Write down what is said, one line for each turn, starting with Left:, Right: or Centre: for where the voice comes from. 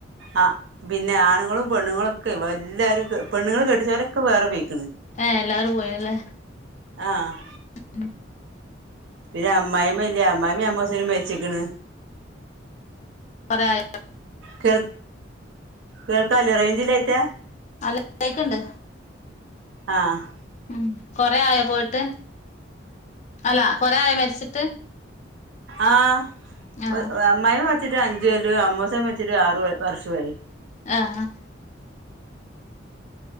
Right: ആഹ് പിന്നെ ആണുങ്ങളും പെണ്ണുങ്ങളും ഒക്കെ വ എല്ലാവരും പെണ്ണുങ്ങൾ കെട്ടിച്ചവരൊക്കെ വേറെ പൊയ്
Left: ഏഹ് എല്ലാവരും പോയിനല്ലേ?
Right: ആഹ്
Left: ഉം
Right: പിന്നെ അമ്മയ്മ്മയില്ല അമ്മായിമ്മയും അമ്മോച്ചനും മര്ച്ച്ക്ക്‌ന്ന്
Left: കൊറേയായോ
Right: കേൾ കേൾക്കല്ലേ റേഞ്ചില്ലായിറ്റ
Left: അല്ല കേക്കണ്ട്
Right: ആഹ്
Left: ഉം കൊറെ ആയോ പോയിട്ട് അല്ല കൊറേ ആയോ മരിച്ചിട്ട്?
Right: ആഹ്
Left: ആഹ്
Right: അമ്മായ്മ്മ മരിച്ചിട്ട് അഞ്ച് കൊല്ലം അമ്മോസൻ മരിച്ചിട്ട് ആറ് വർഷോ ആയി
Left: ആഹ് ഹ